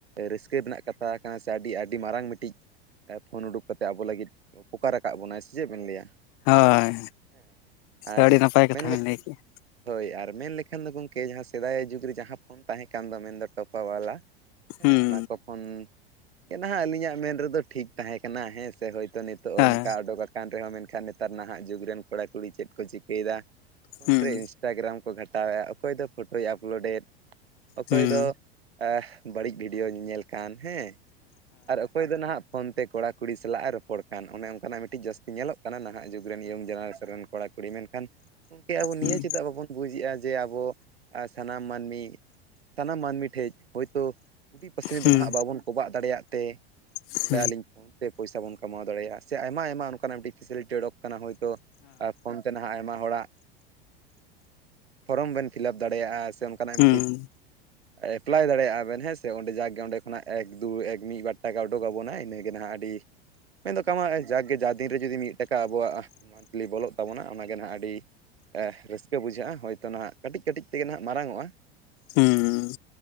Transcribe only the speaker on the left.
ᱦᱳᱭ,
ᱟᱹᱰᱤ ᱱᱟᱯᱟᱭ ᱠᱟᱛᱷᱟ
ᱵᱮᱱ
ᱞᱟᱹᱭ ᱠᱮᱜᱼᱟ᱾
ᱦᱩᱸ
ᱦᱮᱸ
ᱦᱩᱸ
ᱦᱩᱸ
ᱦᱮᱸ
ᱦᱩᱸ
ᱦᱩᱸ
ᱦᱮᱸ ᱦᱩᱸ
ᱦᱩᱸ
ᱦᱩᱸ ᱦᱮᱸ
ᱦᱩᱸ᱾